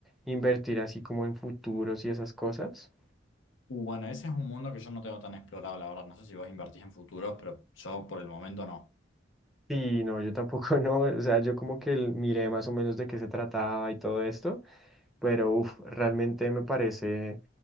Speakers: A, in the centre; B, on the left.
A: invertir así como en futuros y esas cosas.
B: Uh, bueno, ese es un mundo que yo no tengo tan explorado, la verdad. No sé si vos invertís en futuros, pero yo por el momento no.
A: Sí, no, yo tampoco <laughs> no, o sea, yo como que el- miré más o menos de qué se trataba y todo esto, pero uf, realmente me parece